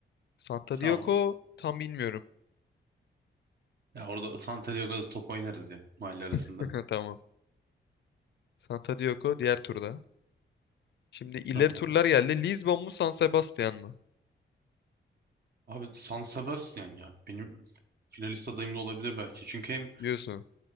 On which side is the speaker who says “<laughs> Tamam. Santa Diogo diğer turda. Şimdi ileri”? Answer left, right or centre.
Left